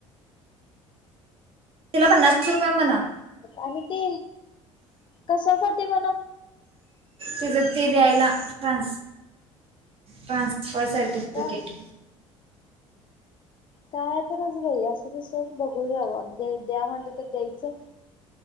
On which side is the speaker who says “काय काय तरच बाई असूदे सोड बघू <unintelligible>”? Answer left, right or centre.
Left